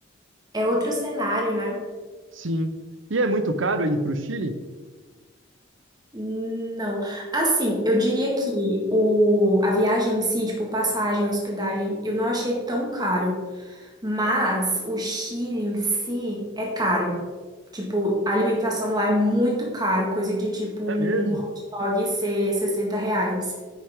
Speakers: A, on the right (about 20°); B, on the right (about 70°).
A: É outro cenário, né?
B: Sim. E é muito caro ir para o Chile?
A: Não. Assim, eu diria que o, a viagem em si, tipo, passagem, hospedagem, eu não achei tão caro. Mas o Chile em si é caro. Tipo, a alimentação lá é muito caro, coisa de tipo um
B: É mesmo?
A: hot dog ser 60 reais.